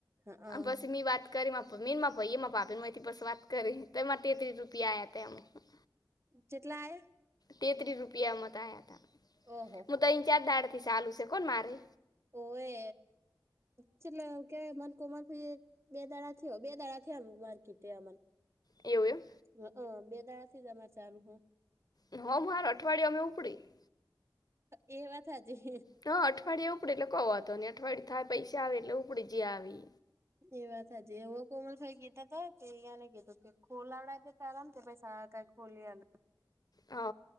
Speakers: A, on the right; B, on the left.
A: હા
B: પછી મી વાત કરી મીનમાં ભાઈ એમાં પાપેથી બસ વાત કરી તોમાં તેત્રીસ રૂપિયા આયા તમ <unintelligible>
A: જેટલા આયા
B: તેત્રી રૂપિયા મતાયા હતા
A: ઓહો
B: હું તો અહીંત્રણ ચાર દાડા થી ચાલુ છે કોણ મારે
A: ઓ એ છેલે કે મન કોમા <unintelligible> બે દાડાાથીઓ બે દાડાડાથી માર્કેટે આર <unintelligible>
B: એવુ એમ
A: અ બે દાડા થી તમાર ચાલુ હ
B: હં હું હર અઠવાડિયે અમે ઉપડી <unintelligible>
A: એ વાત હાચી
B: હ અઠવાડયે ઉપડે એટલે ક વાતો ને અઠવાડયે થાય પૈસા આવે એટલે ઉપડી જે આવી
A: એ વાત હજ એવો કોમલભાઈ કીધ તો તોયાને કીધું કે ખોલાડા <unintelligible> ચાલલા ને ભછ સ કઈ ખોલીલ <unintelligible>
B: હ